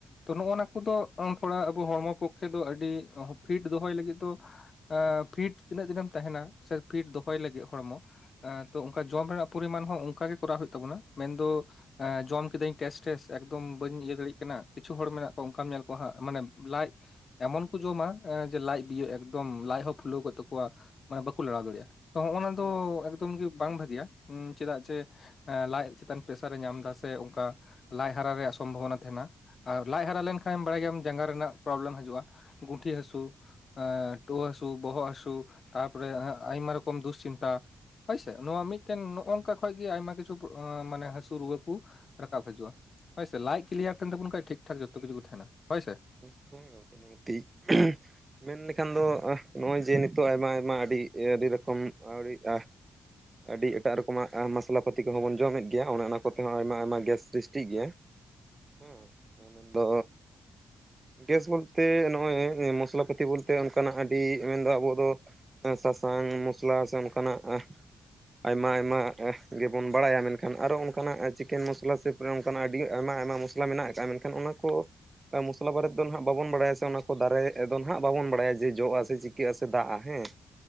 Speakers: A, on the left; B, on the right.
A: ᱛᱚ ᱱᱚᱜᱼᱚᱱᱟ ᱠᱚᱫᱚ ᱛᱷᱚᱲᱟ ᱟᱵᱚ ᱦᱚᱲᱢᱚ ᱯᱚᱠᱠᱷᱮ ᱫᱚ ᱟᱹᱰᱤ ᱯᱷᱤᱴ ᱫᱚᱦᱚᱭ ᱞᱟᱹᱜᱤᱫ ᱫᱚ ᱮᱸ ᱯᱷᱤᱴ ᱛᱤᱱᱟᱹᱜ ᱫᱤᱱᱮᱢ ᱛᱟᱦᱮᱱᱟ ᱥᱮ ᱯᱷᱤᱴ ᱫᱚᱦᱚᱭ ᱞᱟᱹᱜᱤᱫ ᱦᱚᱲᱢᱚ ᱮᱸ ᱛᱚ ᱚᱱᱠᱟ ᱡᱚᱢ ᱨᱮᱱᱟᱜ ᱯᱚᱨᱤᱢᱟᱱ ᱦᱚᱸ ᱚᱱᱠᱟ ᱜᱮ ᱠᱚᱨᱟᱣ ᱦᱳᱭᱩᱜ ᱛᱟᱵᱚᱱᱟ ᱢᱮᱱᱫᱚ ᱮᱸ ᱡᱚᱢ ᱠᱤᱫᱟᱹᱧ ᱴᱮᱥᱴᱮᱥ ᱮᱠᱫᱚᱢ ᱵᱟᱹᱧ ᱤᱭᱟᱹ ᱫᱟᱲᱮᱜ ᱠᱟᱱᱟ ᱠᱤᱪᱷᱩ ᱦᱚᱲ ᱢᱮᱱᱟᱜ ᱠᱚᱣᱟ ᱚᱱᱠᱟᱢ ᱧᱮᱞ ᱠᱚᱣᱟ ᱦᱟᱸᱜ ᱢᱟᱱᱮ ᱞᱟᱡᱽ ᱮᱢᱚᱱ ᱠᱚ ᱡᱚᱢᱟ ᱮ ᱡᱮ ᱞᱟᱡᱽ ᱵᱤᱭᱳᱜ ᱮᱠᱫᱚᱢ ᱞᱟᱡᱽ ᱦᱚᱸ ᱯᱷᱩᱞᱟᱹᱣ ᱠᱚᱜ ᱛᱟᱠᱚᱣᱟ ᱢᱟᱱᱮ ᱵᱟᱠᱚ ᱞᱟᱲᱟᱣ ᱫᱟᱲᱮᱭᱟᱜᱼᱟ᱾ ᱛᱚ ᱦᱚᱜᱼᱚᱱᱟ
B: ᱦᱩᱸ
A: ᱫᱚ ᱮᱠᱫ ᱮᱠᱫᱳᱢ ᱜᱮ ᱵᱟᱝ ᱵᱷᱟᱜᱮᱭᱟ ᱪᱮᱫᱟᱜ ᱡᱮ ᱞᱟᱡ ᱪᱮᱛᱟᱱ ᱯᱮᱥᱟᱨ ᱮ ᱧᱟᱢ ᱮᱫᱟ ᱥᱮ ᱚᱱᱠᱟ ᱞᱟᱡᱽ ᱦᱟᱨᱟ ᱨᱮᱭᱟᱜ ᱥᱚᱢᱵᱷᱚᱵᱚᱱᱟ ᱛᱟᱦᱮᱱᱟ ᱟᱨ ᱞᱟᱡᱽ ᱦᱟᱨᱟ ᱞᱮᱱᱠᱷᱟᱱ ᱵᱟᱲᱟᱭ ᱜᱮᱭᱟᱢ ᱡᱟᱸᱜᱟ ᱨᱮᱱᱟᱜ ᱯᱨᱚᱵᱞᱮᱢ ᱦᱤᱡᱩᱜᱼᱟ ᱾ ᱜᱩᱴᱷᱤ ᱦᱟᱹᱥᱩ ᱾ ᱮ ᱴᱩ ᱦᱟᱹᱥᱩ ᱵᱚᱦᱚᱜ ᱦᱟᱹᱥᱩ ᱛᱟᱨᱯᱚᱨᱮ ᱟᱭᱢᱟ ᱨᱚᱠᱚᱢ ᱫᱩᱥᱪᱤᱱᱛᱟ ᱾ ᱦᱳᱭᱥᱮ ᱱᱚᱣᱟ ᱢᱤᱫᱴᱮᱱ ᱱᱚᱜᱼᱱᱚᱝᱠᱟ ᱠᱷᱚᱱ ᱜᱮ ᱟᱭᱢᱟ ᱠᱤᱪᱷᱩ ᱢᱟᱱᱮ ᱦᱟᱹᱥᱩ ᱨᱩᱣᱟᱹ ᱠᱩ ᱨᱟᱠᱟᱵ ᱦᱤᱡᱩᱜᱼᱟ ᱦᱳᱭᱥᱮ ᱞᱟᱡᱽ ᱠᱞᱤᱭᱟᱨ ᱛᱟᱦᱮᱸᱱ ᱛᱟᱵᱳᱱ ᱠᱷᱟᱱ ᱴᱷᱤᱠ ᱴᱷᱟᱠ ᱡᱚᱛᱚ ᱠᱤᱪᱷᱩ ᱛᱟᱦᱮᱱᱟ ᱦᱳᱭ ᱥᱮ ᱾
B: <inaudible> <unintelligible> ᱢᱮᱱᱞᱮᱠᱷᱟᱱ ᱫᱚ ᱱᱚᱜᱼᱚᱭ ᱡᱮ ᱱᱤᱛᱚᱜ ᱟᱭᱢᱟ ᱟᱭᱢᱟ ᱟᱹᱰᱤ ᱟᱹᱰᱤ ᱨᱚᱠᱚᱢ ᱟᱹᱣᱨᱤᱜᱼᱟ ᱾ ᱟᱹᱰᱤ ᱮᱴᱟᱜ ᱨᱚᱠᱚᱢᱟᱜ ᱢᱚᱥᱞᱟ ᱯᱟᱹᱛᱤ ᱠᱚᱦᱚᱸ ᱵᱚᱱ ᱡᱚᱢᱮᱫ ᱜᱮᱭᱟ ᱚᱱᱮ ᱚᱱᱟ ᱠᱚᱛᱮ ᱦᱚᱸ ᱟᱭᱢᱟ ᱟᱭᱢᱟ ᱜᱮᱥ ᱥᱨᱤᱥᱴᱤᱜ ᱜᱮᱭᱟ ᱾
A: <inaudible>
B: ᱦᱮ <inaudible> ᱚᱱᱟ ᱫᱚ ᱜᱮᱥ ᱵᱚᱞᱛᱮ ᱱᱚᱜᱼᱚᱭ ᱢᱚᱥᱞᱟ ᱯᱟᱹᱛᱤ ᱵᱚᱞᱛᱮ ᱚᱱᱠᱟᱱᱟᱜ ᱟᱹᱰᱤ ᱢᱮᱱᱫᱚ ᱟᱵᱚ ᱫᱚ ᱥᱟᱥᱟᱝ ᱢᱚᱥᱞᱟ ᱥᱮ ᱚᱱᱠᱟᱱᱟᱜ ᱟᱸᱦ ᱟᱭᱢᱟ ᱟᱭᱢᱟ ᱟᱸᱦ ᱜᱮᱵᱚᱱ ᱵᱟᱲᱟᱭᱟ ᱢᱮᱱᱠᱷᱟᱱ ᱟᱨᱚ ᱚᱱᱠᱟᱱᱟᱜ ᱪᱤᱠᱮᱱ ᱢᱚᱥᱞᱟ ᱥᱮ ᱛᱟᱯᱚᱨᱮ ᱚᱱᱠᱟᱱᱟᱜ ᱟᱹᱰᱤ ᱟᱭᱢᱟ ᱟᱭᱢᱟ ᱢᱚᱥᱞᱟ ᱢᱮᱱᱟᱜ ᱟᱠᱟᱫᱼᱟ ᱢᱮᱱᱠᱷᱟᱱ ᱚᱱᱟ ᱠᱚ ᱢᱚᱥ ᱢᱚᱥᱞᱟ ᱵᱟᱨᱮᱛᱮ ᱫᱚ ᱱᱟᱦᱟᱜ ᱵᱟᱵᱚᱱ ᱵᱟᱲᱟᱭᱟ ᱥᱮ ᱚᱱᱟ ᱠᱚ ᱫᱟᱨᱮ ᱫᱚ ᱱᱟᱦᱟᱜ ᱵᱟᱵᱚᱱ ᱵᱟᱲᱟᱭᱟ ᱡᱮ ᱡᱚᱜᱼᱟ ᱥᱮ ᱪᱤᱠᱟᱹᱜᱼᱟ ᱥᱮ ᱫᱟᱜᱼᱟ ᱦᱮᱸ ᱾